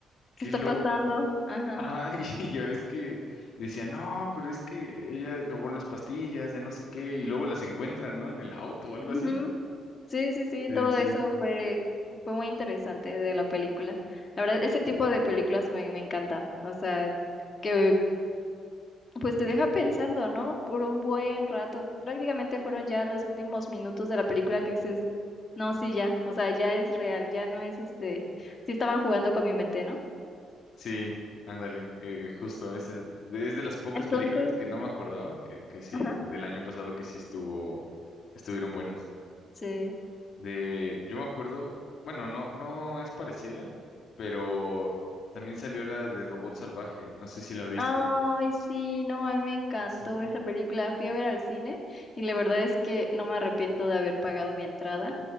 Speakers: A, on the left; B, on the left.
A: ¿Qué
B: qué
A: está
B: loco.
A: pasando? Ajá.
B: Ajá, <laughs> y ya ves que decían, no, pero es que ella robó las pastillas de no sé qué, y luego las encuentran, ¿no? En el auto o algo
A: Ujú,
B: así.
A: Sí, sí, sí,
B: Sí,
A: todo
B: sí.
A: eso fue, fue muy interesante de la película. La verdad, ese tipo de películas me, me encanta. O sea, que pues te deja pensando, ¿no? Por un buen rato. Prácticamente fueron ya los últimos minutos de la película que dices, no, sí, ya, o sea, ya es real, ya no es este, sí estaban jugando con mi mente, ¿no?
B: Sí, ándale, eh, justo, esa es de las pocas
A: Entonces,
B: películas que no me acordaba, que, que sí,
A: ajá,
B: del año pasado que sí estuvo, estuvieron buenas.
A: sí.
B: De, yo me acuerdo, bueno, no, no es parecida, pero también salió la de Robot Salvaje, no sé si la viste.
A: Ay, sí, no, a mí me encantó
B: Sí.
A: esa película. Fui a ver al cine y la verdad es que no me arrepiento de haber pagado mi entrada.